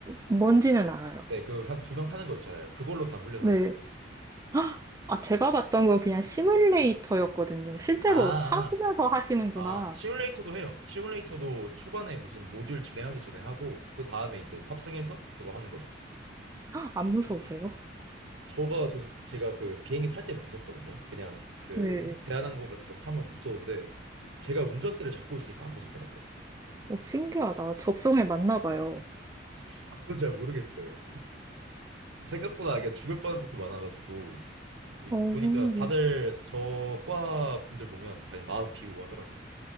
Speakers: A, on the right; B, on the right.
A: 뭔지는 알아요.
B: 네, 그 한 두 명 타는 거 있잖아요. 그걸로 다 훈련하는
A: 네.
B: 거예요.
A: 헉! 아, 제가 봤던 건 그냥 시뮬레이터였거든요. 실제로
B: 아,
A: 타면서
B: 아,
A: 하시는구나.
B: 아, 시뮬레이터도 해요. 시뮬레이터도 초반에 무슨 모듈 진행하기 전에 하고 그 다음에 이제 탑승해서 그거 하는 거죠.
A: 안 무서우세요?
B: 저가 전 제가 그 비행기 탈 때 무섭거든요. 그냥 그
A: 네.
B: 막 대한항공 같은 거 타면 무서운데 제가 운전대를 잡고 있으니까 안 무섭더라고요.
A: 오 신기하다. 적성에 맞나 봐요.
B: 아, 그건 잘 모르겠어요. 생각보다 이게 죽을 뻔한 적도 많아가지고 이-
A: 어,
B: 보니까 다들 저과 분들 보면 다 그냥 마음 비우고 하더라고요.